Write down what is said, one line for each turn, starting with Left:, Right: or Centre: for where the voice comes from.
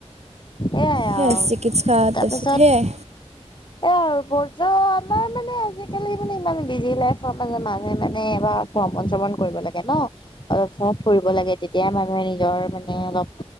Left: এয়াই আৰু
Right: সেয়াই চিকিৎসা
Left: তাৰপিছত
Right: সেয়াই
Left: এয়া আৰু বৰ্জ আমাৰ মানে আজিকালি মানে ইমান বিজি লাইফৰ মানে মানুহে মানে এবাৰ ভ্ৰমণ চ্ৰমণ কৰিব লাগে ন <unintelligible> কৰিব লাগে তেতিয়া মানুহে নিজৰ মানে অলপ